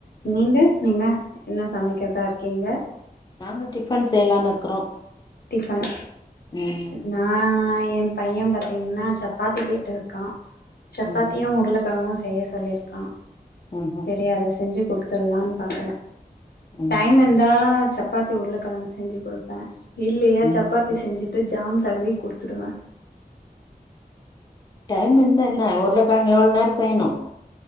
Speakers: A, on the left; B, on the left.
A: நீங்க நீங்க என்ன சமைக்கிறதா இருக்கீங்க
B: நாங்க டிஃபன் செய்யலான்னு இருக்குறோ
A: டிஃபன்
B: ம்
A: நா என் பையன் பாத்தீங்கன்னா சப்பாத்தி கேட்டு இருக்கா சப்பாத்தியு
B: ம்
A: உருளைக்கெழங்கும் செய்ய சொல்லிருக்கா
B: ம்ஹும்
A: சரி அத செஞ்சு குடுக் திலான் பாக்குற
B: ம்
A: டைம் இருந்தா சப்பாத்தி உருளக்கிழங்கு செஞ்சு குடுப்ப இல்லையா
B: ம்
A: சப்பாத்தி செஞ்சுட்டு ஜாம் தடவி குடுத்துடுவ
B: டைம் இருந்தா என்ன உருள க்கழங்கு எவ்ளோ நேரம் செய்யணு